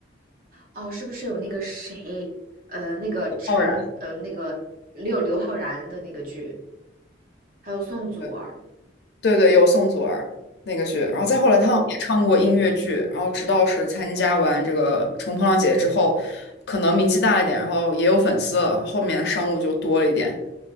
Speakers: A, on the right; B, on the left.
A: 哦，是不是有那个谁，呃，那个陈，
B: 傲然。
A: 呃，那个刘刘昊然的那个剧，还有宋祖儿？
B: 对。对对，有宋祖儿那个剧，然后再后来他好像也唱过音乐剧，
A: 但我，
B: 然后直到是参加完这个《乘风破浪姐姐》之后，可能名气大一点，然后也有粉丝了，后面的商务就多了一点。